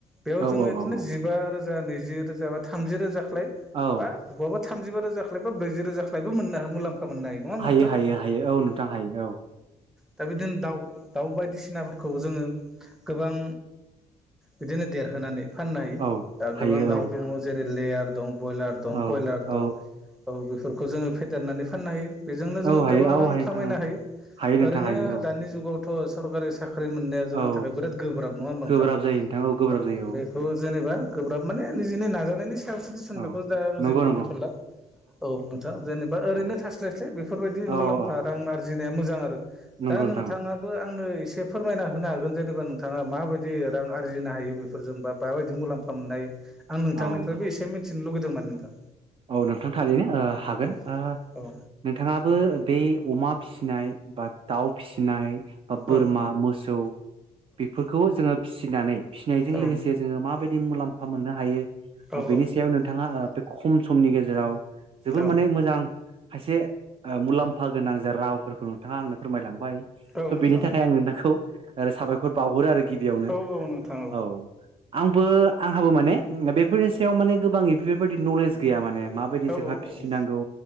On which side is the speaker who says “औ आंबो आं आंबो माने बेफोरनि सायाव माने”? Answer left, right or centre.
Right